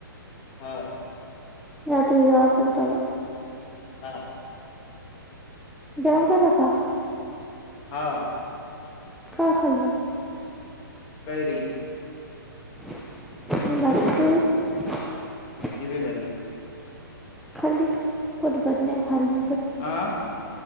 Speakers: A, on the left (about 30°); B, in the centre.
A: हा.
B: रात्री ज पण तवा.
A: हा.
B: गवगेलं का?
A: हा.
B: काय खाल्ल?
A: कैरी.
B: <unintelligible>
A: दिवीराली.
B: खाली फुटबट नाही खाली
A: आह